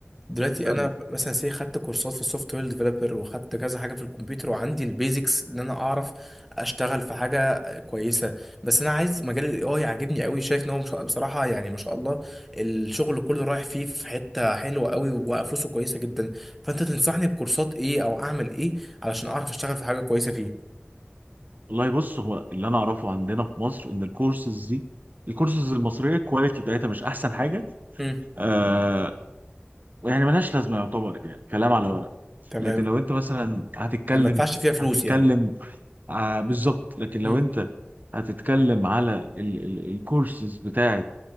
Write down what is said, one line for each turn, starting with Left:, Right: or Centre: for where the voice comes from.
Centre: دلوقتي
Right: فاسالني
Centre: انا مثلا سي خدت كورسات في السوفت وير ديفلوبر وخدت كذا حاجه في الكمبيوتر وعندي البيزكس ان انا اعرف اشتغل في حاجه كويسه بس انا عايز مجال الاي اي عاجبني قوي شايف ان هو مش- بصراحه يعني ما شاء الله الشغل كله رايح فيه في حته حلوه قوي وفلوسه كويسه جدا فانت تنصحني بكورسات ايه او اعمل ايه علشان اعرف اشتغل في حاجه كويسه فيه
Right: والله بص هو اللي انا اعرفه عندنا في مصر ان الكورسز دي الكورسز المصريه الكواليتي بتاعتها مش احسن حاجه
Centre: امم
Right: آه يعني ملهاش لازمه يعتبر يعني كلام على ورق
Centre: تمام
Right: لكن لو انت مثلا هتتكلم
Centre: يعني ما ادفعش فيها فلوس
Right: هتتكلم
Centre: يعني
Right: آه بالظبط لكن لو
Centre: امم
Right: انت هتتكلم على ال- ال- الكورسز بتاعت